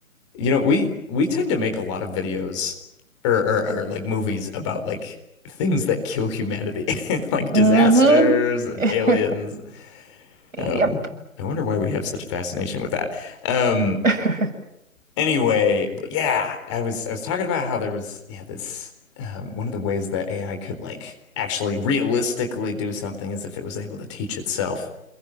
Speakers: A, on the left; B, on the right.
A: you know, we we tend to make a lot of videos or or, or like movies about like things that kill humanity, <laughs> like
B: Mm-hmm.
A: disasters and
B: <laughs>
A: aliens
B: Yep.
A: Um, I wonder why we have such a fascination with that. Um,
B: <laughs>
A: anyway, but yeah, I was I was talking about how there was yeah this um, one of the ways that AI could like actually realistically do something is if it was able to teach itself